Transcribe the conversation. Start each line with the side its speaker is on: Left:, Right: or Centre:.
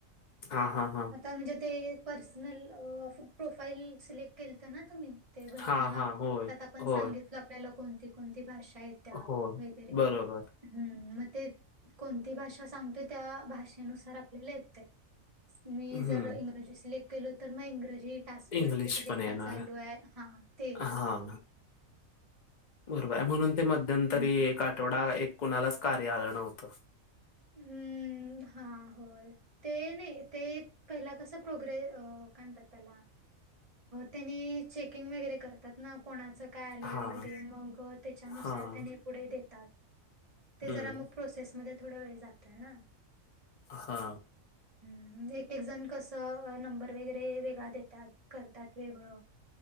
Left: हा हा हा
Right: आता म्हणजे ते पर्सनल अ फ प्रोफाईल सिलेक्ट केलता ना तुम्ही ते भरताना
Left: हां हां होय
Right: त्यात आपण
Left: होय
Right: सांगितल आपल्याला कोणती कोणती भाषा येत्या
Left: होय
Right: वगैरे
Left: बरोबर
Right: हम्म मग ते कोणती भाषा सांगतोय त्या भाषेनुसार आपल्याला येतय मी
Left: हं
Right: जर इंग्रजी सिलेक केलो तर मग इंग्रजी टास्क
Left: इंग्लिश
Right: वरती जे
Left: पण येणार
Right: काय चालू आहे हा ते येणार
Left: हां बरोबर आहे म्हणून ते मध्यंतरी
Right: हम्म.
Left: एक आठवडा एक कुणालाच कार्य आलं नव्हतं
Right: हम्म हा होय ते नाही ते पहिला कसं प्रोग्रे काय म्हणतात त्याला त्यांनी चेकिंग वैगरे करतात ना कोणाचं काय आलं
Left: हां
Right: वगैरे मग त्याच्यानुसार
Left: हां
Right: त्याने पुढे देतात ते
Left: हम्म.
Right: जरा मग प्रोसेसमध्ये थोडा वेळ जा आता ना
Left: हा.
Right: हं एक एक जण कस अ अ नंबर वगैरे वेगळा देत्यात करतात वेगळं